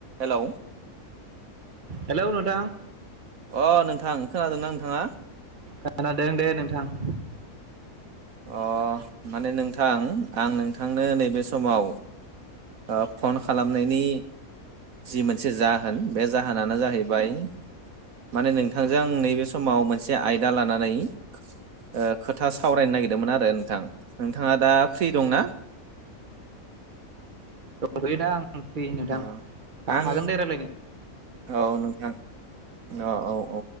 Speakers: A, on the right; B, on the right.
A: Hello
B: hello नोंथां।
A: अ नोंथां खोनादोंना नोंथाङा?
B: खोनादों दे नोंथां।
A: अ माने नोंथां आं नोंथांनो नैबे समाव ओ फन खालामनायनि जि मोनसे जाहोन बे जाहोनानो जाहैबाय माने नोंथांजों आं नैबे समाव मोनसे आयदा लानानै ओ खोथा सावरायनो नागिरदोंमोन आरो नोंथां नोंथाङा दा फ्रि दंना?
B: दंथ'योदा आं फ्रि नोंथां
A: अ
B: हाखागोन
A: आं
B: दे रायरायनो।
A: औ नोंथां। अ औ औ